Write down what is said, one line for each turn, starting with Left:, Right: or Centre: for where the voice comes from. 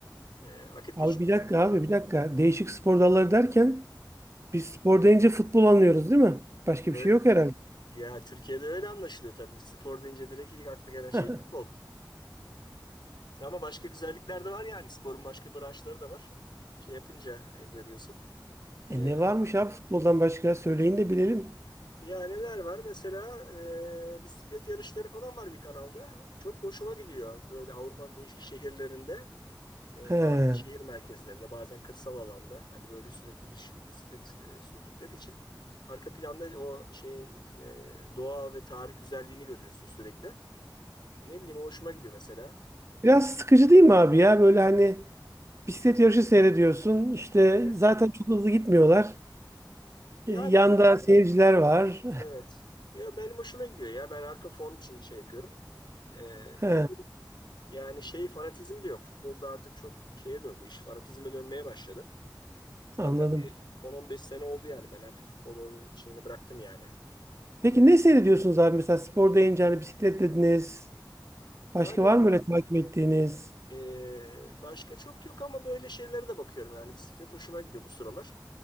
Left: Ee, vakit
Right: Abi
Left: geçiriyorum.
Right: bir dakika abi bir dakika. Değişik spor dalları derken biz spor deyince futbol anlıyoruz değil mi? Başka
Left: Evet.
Right: bir şey yok herhalde.
Left: Ya Türkiye'de öyle anlaşılıyor tabii. Spor deyince direkt ilk akla gelen şey
Right: <laughs>
Left: futbol. Ama başka güzellikler de var yani. Sporun başka branşları da var. Şey yapınca e, görüyorsun.
Right: E
Left: E,
Right: ne varmış abi futboldan başka? Söyleyin de bilelim.
Left: Ya neler var? Mesela e, bisiklet yarışları falan var bir kanalda. Çok hoşuma gidiyor böyle Avrupa'nın değişik şehirlerinde. E,
Right: He.
Left: bazen şehir merkezlerinde, bazen kırsal alanda. Hani böyle sürekli bis- bisiklet e, sürdükleri için arka planda o şeyin e, doğa ve tarih güzelliğini görüyorsun sürekli. Ne bileyim o hoşuma gidiyor mesela.
Right: Biraz sıkıcı değil mi abi ya? Böyle hani bisiklet yarışı seyrediyorsun. İşte
Left: Evet.
Right: zaten çok hızlı gitmiyorlar.
Left: Yani
Right: E, yanda seyirciler var.
Left: evet. Ya benim hoşuma gidiyor ya. Ben arka fon için şey yapıyorum. E,
Right: <laughs>
Left: bir
Right: He,
Left: de Yani şey fanatizmi de yok. Futbolda artık çok şeye döndü. İş fanatizme dönmeye başladı. Zaten
Right: anladım.
Left: 10-15 sene oldu yani. Ben artık futbolun şeyini bıraktım yani. Futbol.
Right: Peki ne seyrediyorsunuz abi? Mesela spor deyince hani bisiklet dediniz. Başka
Left: Yani
Right: var mı öyle takip ettiğiniz?
Left: eee, başka çok yok ama böyle şeylere de bakıyorum. Yani bisiklet hoşuma gidiyor bu sıralar.